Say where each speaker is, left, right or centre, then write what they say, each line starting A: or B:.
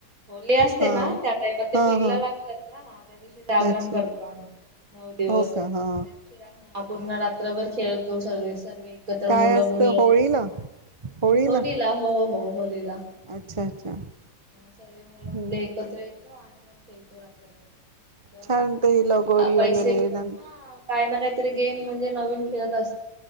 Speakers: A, on the right; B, on the right.
A: होली असते
B: हा
A: ना त्या टाइमात ते
B: हा
A: पिल्लं
B: हा
A: लागतात ना त्या दिवशी जागरण
B: अच्छा
A: करतो आम्ही नऊ दिवस
B: हो का हा
A: <unintelligible> पूर्ण रात्रभर खेळ तो सगळीच. सर्वे एकत्र
B: काय
A: मुलं
B: असतं
A: मुली येतात,
B: होळीला होळीला
A: होलीला हो हो होलीला.
B: अच्छा अच्छा
A: ह सर्वे मुलं
B: हम्म
A: मुली एकत्र येतो आणि मग खेलतो रात्रभर. त्यामुळं
B: छान
A: मस्त, म्हणजे
B: ते लगोरी
A: काय पैसे,
B: वगैरे न
A: हा, काही ना काहीतरी गेम म्हणजे नवीन खेळत अस